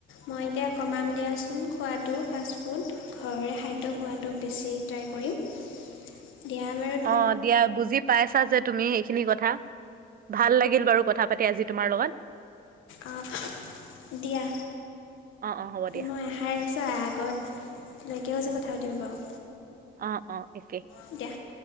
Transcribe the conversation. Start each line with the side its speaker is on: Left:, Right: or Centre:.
Left: মই এতিয়া কমাম দিয়াচোন খোৱাটো ফাষ্টফুড, ঘৰৰে খাদ্য খোৱাটো বেছি ট্ৰাই কৰিম। দিয়া আমাৰ
Right: অ', দিয়া বুজি পাইছা যে তুমি এইেখিনি কথা। ভাল লাগিল বাৰু কথা পাতি আজি তোমাৰ লগত।
Left: অ'। দিয়া।
Right: অ' অ' হ'ব দিয়া
Left: মই আশা ৰাখিছোঁ আগত লৈকেও যে কথা পাতিব পাৰোঁ।
Right: অ', অ', একে।
Left: দিয়া।